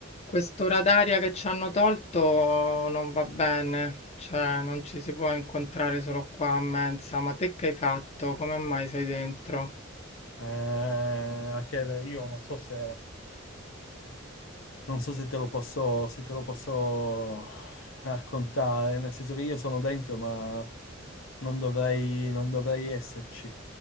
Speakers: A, on the left; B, on the left.
A: Quest'ora d'aria che ci hanno tolto non va bene, cioè non ci si può incontrare solo qua a mensa. Ma te che hai fatto? Come mai sei dentro?
B: Eh, Achele, io non so se, non so se te lo posso, se te lo posso raccontare, nel senso che io sono dentro, ma non dovrei, non dovrei esserci.